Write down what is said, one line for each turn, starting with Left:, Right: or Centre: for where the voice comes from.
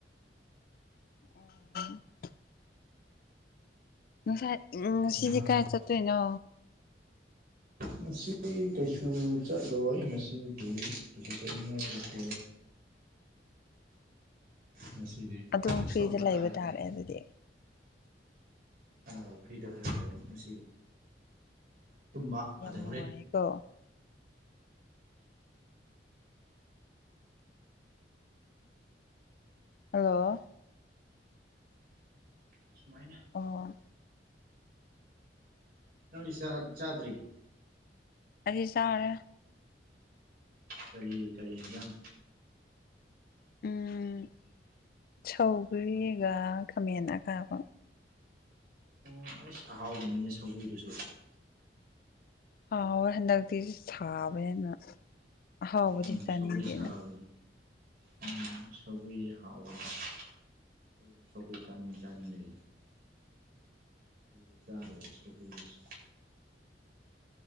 Left: ꯑꯣ ꯉꯁꯥꯏ ꯎꯝ ꯉꯁꯤꯗꯤ
Right: ꯑꯉꯥꯡ
Left: ꯀꯥꯏ ꯆꯠꯇꯣꯏꯅꯣ
Right: ꯉꯁꯤꯗꯤ ꯀꯩꯁꯨ ꯆꯠꯂꯣꯏ ꯉꯁꯤꯗꯤ ꯀꯩꯁꯨ ꯆꯠꯅꯤꯡꯉꯥꯏ ꯂꯩꯇꯦ ꯉꯁꯤꯗꯤ
Left: ꯑꯗꯨꯝ
Right: ꯔꯦꯁ
Left: ꯐ꯭ꯔꯤꯗ
Right: ꯇꯧꯕ
Left: ꯂꯩꯕ
Right: ꯇꯥꯔꯦꯗꯅ
Left: ꯇꯥꯔꯦ ꯑꯗꯨꯗꯤ
Right: ꯑꯧ ꯐ꯭ꯔꯤꯗ ꯈꯔ ꯂꯩꯔꯅꯤ ꯉꯁꯤꯗꯤ ꯇꯨꯝꯕ
Left: ꯌꯥꯝ
Right: ꯑꯗꯩ
Left: ꯅꯨꯡꯉꯥꯏꯌꯦꯀꯣ
Right: ꯍꯣꯔꯦꯟ
Left: ꯍꯜꯂꯣ
Right: <inaudible> ꯁꯨꯃꯥꯏꯅ
Left: ꯑꯣ
Right: ꯅꯪꯗꯤ ꯆꯥ ꯆꯥꯗ꯭ꯔꯤ
Left: ꯑꯩꯗꯤ ꯆꯥꯔꯦ
Right: ꯀꯔꯤ ꯀꯔꯤ ꯍꯤꯟꯖꯥꯡ
Left: ꯎꯝ ꯁꯧꯒꯔꯤꯒ ꯈꯃꯦꯟ ꯑꯈꯥꯕ
Right: ꯑꫭ ꯑꯁ ꯑꯍꯥꯎꯕꯅꯤꯅ‌ꯦ ꯁꯧꯒ꯭ꯔꯤꯗꯨꯁꯨ
Left: ꯍꯥꯎꯋꯦ ꯍꯟꯗꯛꯇꯤ ꯁꯥꯕꯅꯦꯅ ꯑꯍꯥꯎꯕꯗꯤ
Right: ꯎꯝ
Left: ꯆꯥꯅꯤꯡꯗꯦꯅ
Right: ꯁꯒꯣꯏ ꯁꯥꯕꯅꯤ ꯎꯝ ꯁꯧꯒ꯭ꯔꯤꯖ‌ꯦ ꯍꯥꯎꯕꯅꯤ ꯑꯩꯕꯨ ꯁꯧꯒꯔꯤ ꯆꯥꯅꯤꯡ ꯆꯥꯅꯤꯡ ꯂꯩ ꯀꯨꯏꯔꯦ ꯆꯥꯗꯕ ꯁꯧꯒꯔꯤꯁ‌ꯦ